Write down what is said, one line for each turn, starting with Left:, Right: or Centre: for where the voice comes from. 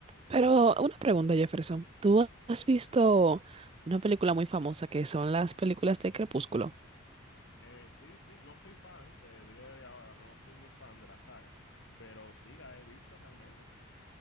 Right: Pero una pregunta, Jefferson, ¿tú has visto una película muy famosa que son las películas de Crepúsculo?
Left: Eh, sí, sí, no soy fan, te digo desde ahora, no soy muy fan de la saga, pero sí la he visto realmente.